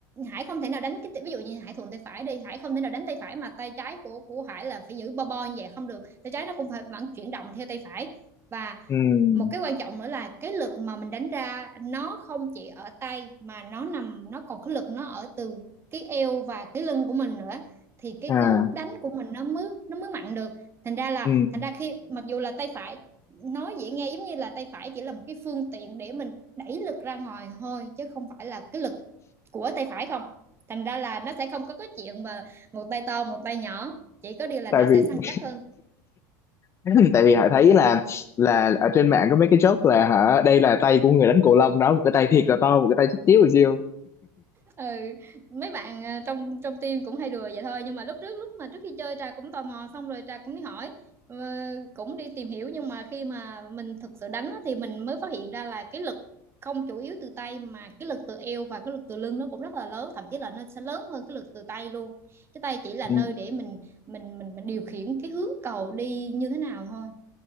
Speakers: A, on the right; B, on the left.
A: Hải không thể nào đánh cái ví dụ như Hải thuận tay phải đi Hải không thể nào đánh tay phải mà tay trái của của Hải là phải giữ bo bo như vậy không được tay trái nó cũng phải vẫn chuyển động theo tay phải và
B: ừ
A: một cái quan trọng nữa là cái lực mà mình đánh ra nó không chỉ ở tay mà nó nằm nó còn cái lực nó ở từ cái eo và cái lưng của mình nữa thì cái
B: à
A: cú đánh của mình nó mới nó mới mạnh được thành ra là
B: ừ
A: thành ra khi mặc dù là tay phải nói dễ nghe giống như là tay phải chỉ là một cái phương tiện để mình đẩy lực ra ngoài thôi chứ không phải là cái lực của tay phải không thành ra là nó sẽ không có cái chuyện mà một tay to một tay nhỏ chỉ có điều là
B: tại
A: nó sẽ
B: vì
A: săn chắc hơn
B: <laughs> tại vì họ thấy là là ở trên mạng có mấy cái joke là hả đây là tay của người đánh cầu lông đó một cái tay thiệt là to một cái tay chút xíu rồi siêu
A: ừ mấy bạn à, trong trong team cũng hay đùa vậy thôi nhưng mà lúc trước lúc mà trước khi chơi Trà cũng tò mò xong rồi Trà cũng đi hỏi ờ, cũng đi tìm hiểu nhưng mà khi mà mình thực sự đánh á, thì mình mới phát hiện ra là cái lực không chủ yếu từ tay mà cái lực từ eo và cái lực từ lưng nó cũng rất là lớn thậm chí là nó sẽ lớn hơn cái lực từ tay luôn cái tay chỉ là nơi
B: ừ.
A: để mình mình mình, mình điều khiển cái hướng cầu đi như thế nào thôi